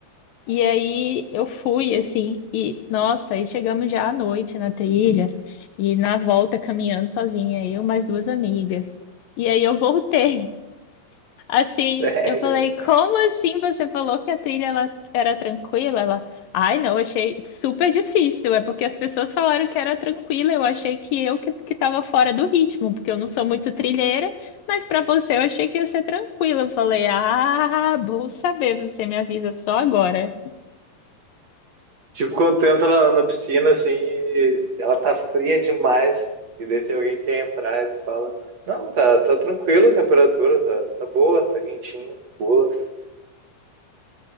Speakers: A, on the left (about 70°); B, on the right (about 50°).
A: E aí eu fui assim e nossa, aí chegamos já à noite na trilha e na volta caminhando sozinha, eu mais duas amigas. E aí eu voltei. Assim,
B: <laughs> sério,
A: eu falei, como assim você falou que a trilha ela era tranquila? Ela, ai, não, achei super difícil. É porque as pessoas falaram que era tranquila, eu achei que eu que, que tava fora do ritmo, porque eu não sou muito trilheira, mas pra você eu achei que ia ser tranquila. Eu falei, ah, bom saber, você me avisa só agora.
B: Tipo, quando tu entra na, na piscina, assim, e ela tá fria demais, e daí tem alguém que quer entrar, e tu fala, não, tá, tá tranquilo a temperatura, tá, tá boa, tá quentinha, boa.